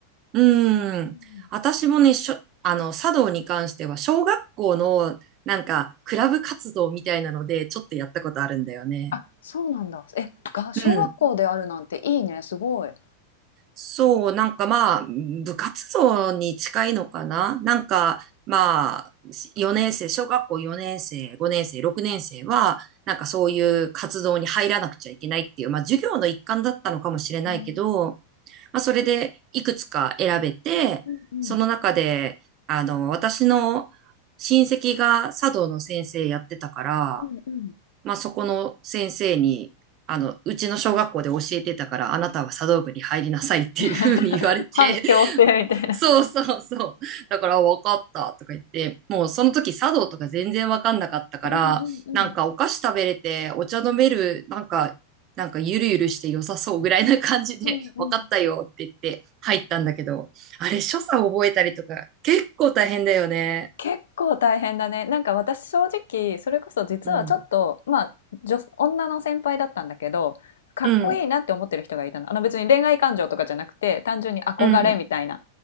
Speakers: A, on the right; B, on the left.
A: うーん。
B: うん
A: 私もね、しょ、あの、茶道に関しては、小学校の、なんか、クラブ活動みたいなので、ちょっとやったことあるんだよね。
B: あ、そうなんだ。え、が小学校であるなんていいね、
A: うん。
B: すごい。へ
A: そう、なんかまあ、部活動に近いのかななんか、まあ、4年生、小学校4年生、5年生、6年生は、なんかそういう活動に入らなくちゃいけないっていう、まあ、授業の一環だったのかもしれないけど、
B: うんへえ
A: まあ、それでいくつか選べて、
B: うんうん
A: その中で、あの、私の親戚が茶道の先生やってたから、
B: うんうん
A: まあ、そこの先生に、あの、うちの小学校で教えてたから、あなたは茶道部に入りなさいっていうふうに言われて、
B: <laughs> 反強制みたいな。
A: <laughs> そうそうそう。だから、あわかったとか言って、もうその時茶道とか全然わかんなかったから、
B: うんうんうん
A: なんかお菓子食べれて、お茶飲める、なんか、なんかゆるゆるして良さそうぐらいな感じで、
B: うんうん
A: <laughs> わかったよって言って入ったんだけど、あれ、所作覚えたりとか、結構大変だよね。
B: 結構大変だね。なんか私正直それこそ実はちょっとまあ女、
A: うん。
B: 女の先輩だったんだけどかっこいいなって思ってる人がいたの。
A: うん。
B: あの別に恋愛感情とかじゃなくて単純に憧れみたいな
A: うん。